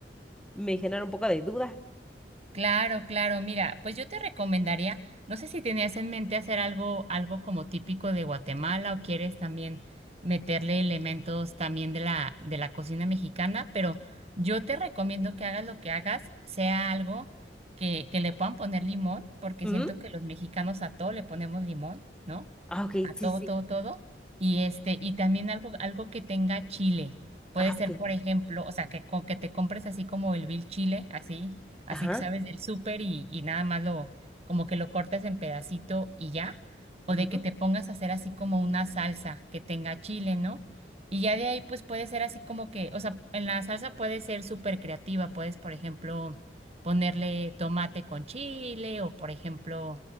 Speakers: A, in the centre; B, on the right.
A: me genera un poco de duda.
B: Claro, claro, mira, pues yo te recomendaría, no sé si tenías en mente hacer algo, algo como típico de Guatemala o quieres también meterle elementos también de la, de la cocina mexicana, pero yo te recomiendo que hagas lo que hagas, sea algo que, que le puedan poner limón, porque
A: Ujú.
B: siento que los mexicanos a todo le ponemos limón, ¿no?
A: Ah, ok, sí,
B: a todo,
A: sí, sí.
B: todo, todo. Y este, y también algo, algo que tenga chile. Puede
A: Ah,
B: ser,
A: ok.
B: por ejemplo, o sea, que, co- que te compres así como el vil chile, así, así
A: Ajá.
B: que sabes del súper y, y nada más lo, como que lo cortes en pedacito y ya. O
A: Ujú,
B: de que te pongas a hacer así como una salsa que tenga chile, ¿no? Y ya de ahí, pues puede ser así como que, o sea, en la salsa puede ser súper creativa. Puedes, por ejemplo, ponerle tomate con chile o, por ejemplo,